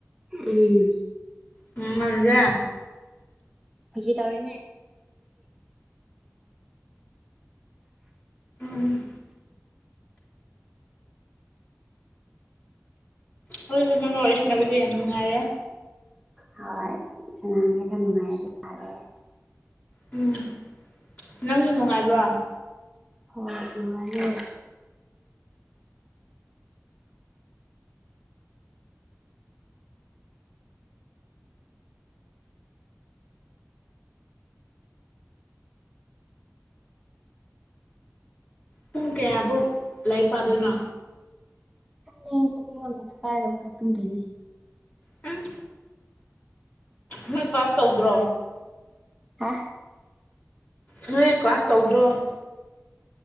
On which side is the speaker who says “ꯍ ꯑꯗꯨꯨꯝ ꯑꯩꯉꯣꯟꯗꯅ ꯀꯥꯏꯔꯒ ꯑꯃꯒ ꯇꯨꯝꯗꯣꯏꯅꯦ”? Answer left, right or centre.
Centre